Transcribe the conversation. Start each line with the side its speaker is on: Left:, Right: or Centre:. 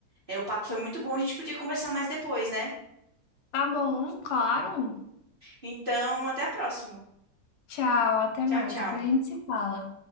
Right: é, o papo foi muito bom, a gente podia conversar mais depois, né?
Left: Tá bom, claro.
Right: Então, até a próxima.
Left: Tchau, até
Right: Tchau,
Left: mais.
Right: tchau.
Left: Depois a gente se fala.